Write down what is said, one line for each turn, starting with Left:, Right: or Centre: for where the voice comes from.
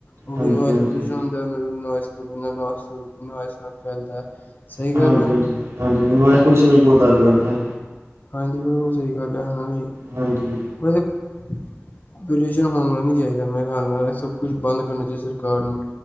Left: ਉਹ
Right: ਹਾਂਜੀ
Left: ਵੀ ਨੋਇਜ਼
Right: ਹਾਂਜੀ
Left: ਪੋਲ ਹੁੰ ਬਿ ਨੋਇਸ-ਨੋਇਸ ਨਾਲ ਫੈਲਦਾ ਹੈ ਸਹੀ
Right: ਹਾਂਜੀ-ਹਾਂਜੀ-ਹਾਂਜੀ
Left: ਗੱਲ ਹੈ
Right: ਨੋਆਈਸ ਪੋਲਊਸ਼ਨ ਵੀ ਬਹੁਤ ਆ ਅੱਜ ਕੱਲ੍ਹ ਤਾਂ
Left: ਹਾਂਜੀ ਬਿਲਕੁਲ ਸਹੀ ਗੱਲ ਹੈ ਹਾਂਜੀ
Right: ਹਾਂਜੀ
Left: <unintelligible> ਪੋਲਿਊਸ਼ਨ ਹੋਣਾ ਨੀ ਚਾਹੀਦਾ ਮੈਂ ਖ ਸਭ ਕੁਛ ਬੰਦ ਕਰਨਾ ਚਾਹੀਦਾ ਸਰਕਾਰ ਨੂੰ